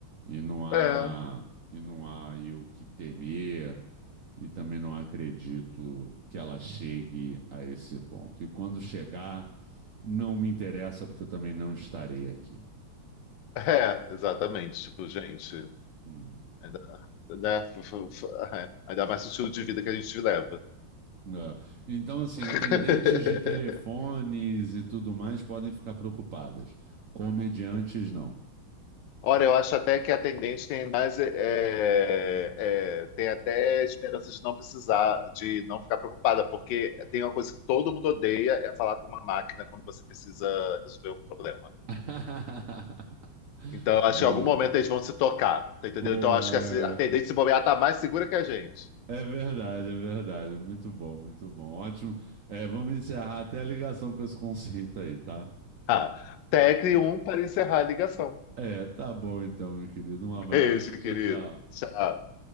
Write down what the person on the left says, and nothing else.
É,
<laughs> é, exatamente. Tipo, gente.
Ainda, né? <laughs> Ainda mais o estilo de vida que a gente leva.
<laughs>
Ora, eu acho até que a atendente tem mais, é, é, é, tem até esperança de não precisar, de não ficar preocupada, porque tem uma coisa que todo mundo odeia, é falar com uma máquina quando você precisa resolver um problema.
Então, eu acho que em algum momento
eles vão se tocar, tá entendendo?
Então, eu acho que a atendente se bobear tá mais segura que a gente.
Ah, ah, tecle 1 para encerrar a ligação.
Beijo,
querido.
Tchau.